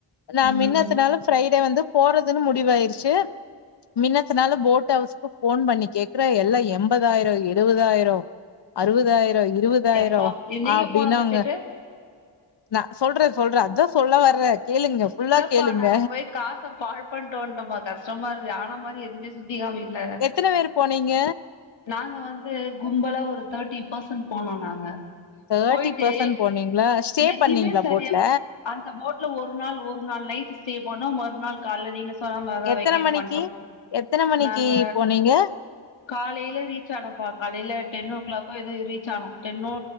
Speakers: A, on the left; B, on the left.
A: நா
B: ம்
A: மின்னத்தினாலு ஃப்ரைடே வந்து போறதுன்னு முடிவயிருச்சு மின்னத்தனாலூ
B: ம்
A: போட் ஹவுஸ்க்கு போன் பண்ணி கேக் கற எல்லா எண்பதாயிரோ எழுபதாயிரோ அறுபதாயிரோ இருபதாயிரோ
B: எப்பா நீங்க
A: அப்படின்னங்க
B: போன பட்ஜெட்டு
A: நா சொல்ற சொல்ற அதா சொல்ல வர்றே கேளுங்க ஃபுல்லா
B: இல்லப்பா
A: கேளுங்க
B: நாங்க போய் காச பால் பண்ணிட்வன்டோப்பா கஷ் டமா இருக்கு ஆனா மாரி எதுவுமே சுத்தி காமிக்ல
A: எத்தன பேர் போனீங்க
B: நாங்க வந்து கும்பல ஒரு தேர்ட்டி பர்சன் போனோ நாங்க
A: தேர்ட்டி
B: போயிட்டு
A: பர்சன்ட் போனீங்களா ஸ்டே
B: எங்கயுமே
A: பண்ணீங்களா
B: சரியா
A: போட்ல
B: அந்த போட் ல ஒரு நாள் ஒரு நாள் நைட் ஸ்டே பனோ மறுநாள் கால நீீங்க சொன்ன மார்தா
A: எத்தன
B: வெக்கேட்
A: மணிக்கு
B: பண்டோ
A: எத்தன மணிக்கு
B: நாங்க
A: போனீங்க
B: காலையில ரீச் ஆனோம்ப்பா காலையில டென் ஓ கிளாக்கோ ஏதோ ரீச் ஆணோ டென்நோ